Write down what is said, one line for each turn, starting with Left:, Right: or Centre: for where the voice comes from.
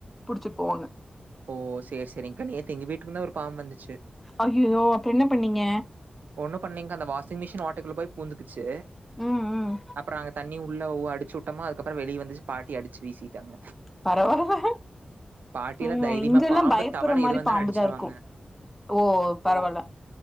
Centre: புடிச்சிட்டு போவாங்க
Right: ஓ செரி செரிங்க நேத்து எங்க வீட்டுக்குள்ள ஒரு பாம்பு வந்துச்சு
Centre: அய்யயோ அப்புறோ என்ன பண்ணீங்க
Right: ஒண்ணு பண்ணீங்கா அந்த வாஷிங் மிஷின் ஓட்டைக்குள்ள போய் பூந்துக்குச்சு
Centre: ம் ம்
Right: அப்புறோ நாங்க தண்ணி உள்ள <unintelligible> அடிச்சுட்டமா அதுக்கப்புறோ வெளிய வந்துச்சு பாட்டி அடிச்சு வீசிட்டாங்க
Centre: பரவால்ல
Right: பாட்டிலா
Centre: ம்
Right: தைரியமா
Centre: இங்கெல்லா
Right: பாம்பு,
Centre: பயப்புர்ற
Right: தவளை
Centre: மாரி
Right: எது வந்தாலும்
Centre: பாம்புதா
Right: அடிச்சுருவாங்க.
Centre: இருக்கு ஓ பரவால்ல